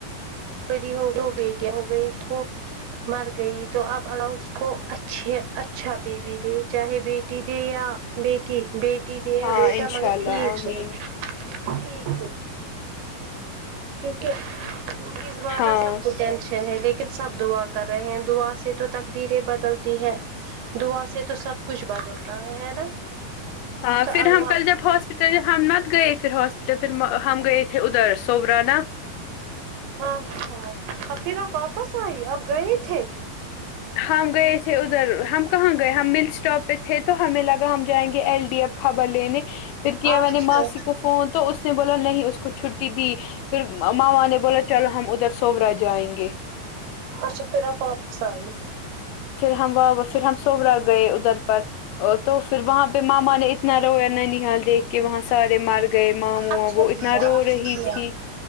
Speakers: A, on the right; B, on the left.
A: ری ہو گئی بیٹیاں ہو گئی تو مر گئی تو اب اللہ اس کو اچھے اچھا بیبی دے چاہے بیٹی دے یا بیٹی بیٹی دیا
B: ہاں
A: بیٹا
B: انشاء
A: مگر
B: اللہ
A: ٹھیک
B: آمین
A: ہے ٹھیک ہےھیک کیونکہ سواتدا
B: ہاں
A: سب کچھ ٹینشن ہے لیکن سب دعا کر رہے ہیں دعا سے تو تقدریں بدلتی ہے دعا سے تو سب کچھ بدلتا ہے ہے نا
B: ہاں
A: تو
B: پھر
A: اللہ
B: ہم کل جب ہاسپٹل ہم نہت گئے پھر ہاسپٹل پھر ہم گئے ا تھے ادھر سوورانا
A: اچھا ا پھر آپ واپس آئی اب گئے تھے
B: ہم گئے تھے ادھر ہم کہاں گئے ہم مل اسٹاپ پہ تھے تو ہمیں لگا ہم جائیں گے ایل ڈی ایف خبر لینے پھر کیا
A: اچھا
B: میں نے ماسی کو فون تو اس نے بولا نہیں اس کو چھٹی دی پھر ماما نے بولا چلو ہم ادھر سورا جائیں گے
A: اچھا پھر آپ واپس آئی
B: پھر ہماں پھر ہم سوبا گئے ادھر پر تو پھر وہاں پہ ماما نے اتنا رویا ننیی حال دیکھ کے وہاں سے سارے مر گئے ماں م
A: اچھا
B: وہ اتنا
A: کیا
B: رو
A: اچھا
B: رہی
A: کیا
B: تھی